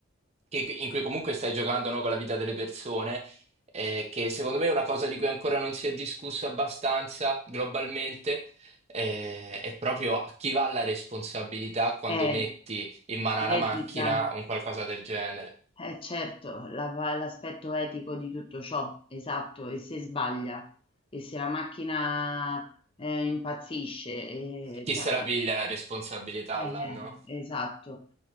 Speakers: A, on the right (about 30°); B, on the left (about 25°).
A: che- che- in cui comunque stai giocando, no, con la vita delle persone, eh, che secondo me è una cosa di cui ancora non si è discusso abbastanza globalmente, eh, è proprio a chi va la responsabilità quando
B: è
A: metti in mano a
B: l'etica,
A: una macchina un qualcosa del genere.
B: eh certo, la va l'aspetto etico di tutto ciò, esatto, e se sbaglia, e se la macchina, ehm, impazzisce, e
A: Chi
B: cioè
A: se la piglia la responsabilità
B: Eh,
A: là, no?
B: esatto.